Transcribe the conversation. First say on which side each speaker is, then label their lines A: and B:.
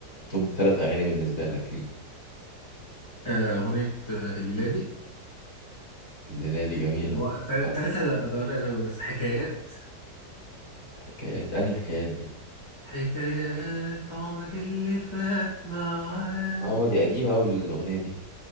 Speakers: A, on the left; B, on the left.
A: توب ثلاث اغاني بالنسبة لك ليه
B: آه اغنيه آه، الليله دي
A: اللي لا دي جميلة
B: هو تل-
A: آه،
B: تلاتة ده قليل أوي بس حكايات
A: حكايات انهي حكايات دي
B: حكايات عمر اللي فات معاك
A: اه دي قديمة اوي الاغنية دي